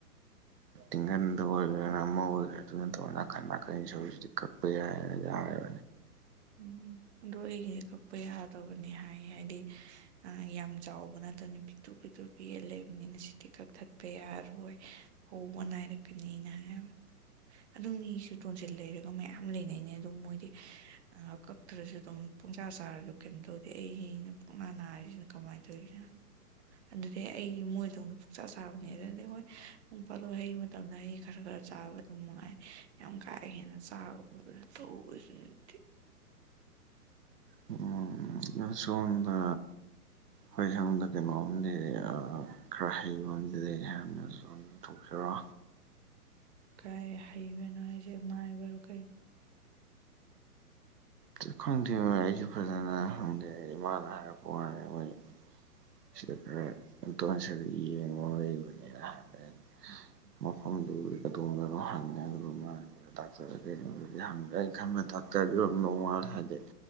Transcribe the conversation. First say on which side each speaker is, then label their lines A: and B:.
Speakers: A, on the right; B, on the right.
A: ꯇꯤꯡꯒꯟꯗ ꯑꯣꯏꯒꯦꯔꯥꯅ ꯑꯃ ꯑꯣꯏꯒꯦꯔꯥ ꯗꯨ ꯅꯠꯇꯕ ꯅꯥꯀꯟ ꯅꯥꯀꯟ ꯁꯔꯨꯁꯤꯗꯤ ꯀꯛꯄ ꯌꯥꯏꯑꯦꯅ ꯍꯥꯏ
B: ꯎꯝ ꯑꯗꯨ ꯑꯩꯒꯤꯗꯤ ꯀꯛꯄ ꯌꯥꯗꯕꯅꯤ ꯍꯥꯏ ꯍꯥꯏꯗꯤ ꯑ ꯌꯥꯝ ꯆꯥꯎꯕ ꯅꯠꯇꯝꯅꯤ ꯄꯤ ꯇ꯭ꯔꯨ ꯄꯤꯛꯇ꯭ꯔꯨ ꯄꯤꯛꯑ ꯂꯩꯕꯅꯤꯅ ꯁꯤꯇꯤ ꯀꯛꯊꯠꯄ ꯌꯥꯔꯣꯏ ꯍꯧꯕ ꯅꯥꯏꯔꯛꯀꯅꯤꯅ ꯍꯥꯏꯕ ꯑꯗꯨꯝ ꯃꯤꯁꯨ ꯇꯣꯟꯁꯤꯜ ꯂꯩꯔꯒ ꯃꯌꯥꯝ ꯂꯩꯅꯩꯅꯦ ꯑꯗꯨꯝ ꯃꯣꯏꯗꯤ ꯉꯍꯥꯛ ꯀꯛꯇ꯭ꯔꯁꯨ ꯑꯗꯨꯝ ꯄꯨꯡꯆꯥ ꯆꯥꯔꯁꯨ ꯀꯦꯝ ꯇꯧꯗꯦ ꯑꯩꯩꯒꯤ ꯁꯤꯅ ꯄꯨꯡꯅꯥ ꯅꯥꯔꯤꯁꯤꯅ ꯀꯃꯥꯏ ꯇꯧꯔꯤꯖꯥꯅꯣ ꯑꯗꯨꯗꯤ ꯑꯩ ꯃꯣꯏꯗꯧꯅ ꯄꯨꯛꯆꯥ ꯆꯥꯕꯅꯦ ꯑꯗꯨꯅꯗꯤ ꯍꯣꯏ ꯅꯣꯡ ꯐꯥꯗꯣꯛ ꯍꯩ ꯃꯇꯝꯗ ꯍꯩ ꯈꯔꯒ ꯈ ꯆꯥꯕ ꯗꯨꯃꯉꯥꯏ ꯌꯥꯝ ꯀꯥ ꯍꯦꯟꯅ ꯆꯥꯕ ꯈꯣꯠꯄ ꯇꯧꯕꯁꯤꯗꯤ
A: ꯎꯝ ꯁꯣꯝꯗ ꯍꯣꯏ ꯁꯣꯝꯗ ꯀꯩꯅꯣꯝꯗꯤ ꯈꯔ ꯍꯩꯕ ꯑꯝꯗꯤ ꯂꯩ ꯍꯥꯏꯕꯅꯦ ꯊꯣꯛꯁꯤꯔꯣ
B: ꯀꯥꯏ ꯍꯩꯕꯅꯣ ꯍꯥꯏꯁꯦ ꯃꯥꯏꯕꯔꯣ ꯀꯩ
A: ꯇꯤ ꯈꯪꯗꯦ ꯑꯩꯁꯨ ꯐꯖꯅ ꯍꯪꯗꯦ ꯑꯩ ꯏꯃꯥꯅ ꯍꯥꯏꯔꯛꯄ ꯋꯥꯅꯦ ꯃꯣꯏ ꯁꯤꯗ ꯈꯔ <unintelligible> ꯌꯦꯡꯕꯝ ꯂꯩꯕꯅꯦ ꯍꯥꯏꯕꯅꯦ ꯑꯩ
B: <inaudible>
A: ꯃꯐꯝꯗꯨꯒꯤ ꯀꯗꯣꯝꯗꯅꯣ ꯍꯪꯉꯦ ꯑꯗꯨꯒ ꯃꯥꯒꯤ ꯗꯥꯛꯇꯔ ꯀꯩꯅꯣꯗꯤ ꯍꯪꯗ꯭ꯔꯦ ꯑꯩ ꯈꯪꯉꯦ ꯗꯥꯛꯇꯔꯗꯣ ꯅꯣꯡ ꯉꯥꯜ ꯍꯥꯏꯗꯤ